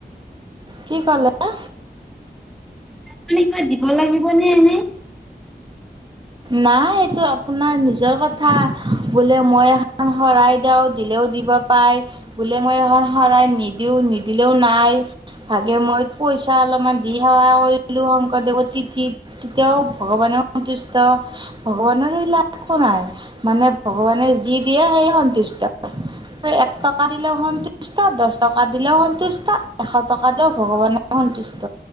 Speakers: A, on the right (about 25°); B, in the centre.
A: কি কলে বা?
B: ভাত-পানী খাই দিব লাগিব নে? এনেই
A: নাই, এইটো আপোনাৰ নিজৰ কথা। বোলে মই এখন শৰাই দিওঁ, দিলেওঁ দিব পাই। বোলে মই শৰাই নিদিওঁ, নিদিলেওঁ নাই ভাগে মই পইচাঁ অলপমান দি সেৱা কৰিলোঁ শংকৰদেৱৰ তিথিত। তেতিয়াও ভগৱানে নে সন্তুষ্ট ত ' ভগৱানৰ এইবিলাক একো নাই। মানে, ভগৱানে যি দিয়ে সেয়ে সন্তুষ্ট। ত' এক টকা দিলেওঁ সন্তুষ্ট, দচ টকা দিলেওঁ সন্তুষ্ ট্‌, এশ টকা দিলেওঁ ভগৱানে সন্তুষ্ট।